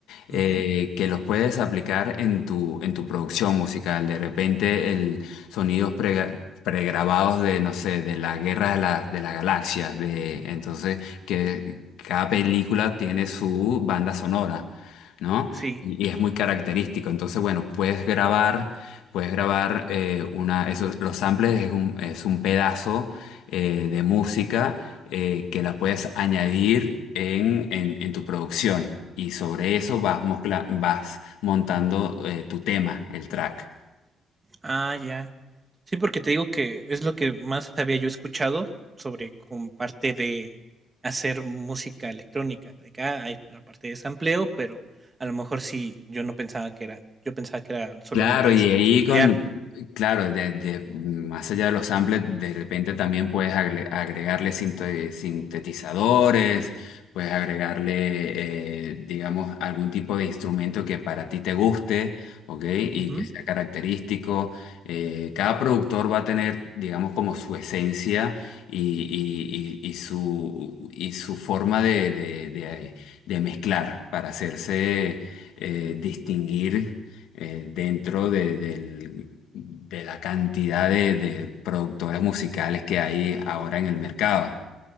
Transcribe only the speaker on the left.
Eh,
que los puedes aplicar en tu, en tu producción musical. De repente, el sonidos prega- pregrabados de, no sé, de la Guerra de, la- de las Galaxias, de, entonces, que cada película tiene su banda sonora. ¿no?
Y, y es muy característico. Entonces, bueno, puedes grabar, puedes grabar eh, una, eso- los samples es un, es un pedazo eh, de música eh, que la puedes añadir en, en- en tu producción. Y sobre eso vas, mozcla- vas montando eh, tu tema, el track.
Claro, y
ahí
con, claro, de, de- más allá de los samples, de repente también puedes agre- agregarle sinte- sintetizadores, puedes agregarle, eh, digamos, algún tipo de instrumento que para ti te guste, ¿ok? Y
que sea característico. Eh, cada productor va a tener, digamos, como su esencia y, y- y- y su, y su forma de, de- de- de mezclar para hacerse eh, distinguir eh, dentro de, del- de la cantidad de, de productoras musicales que hay ahora en el mercado.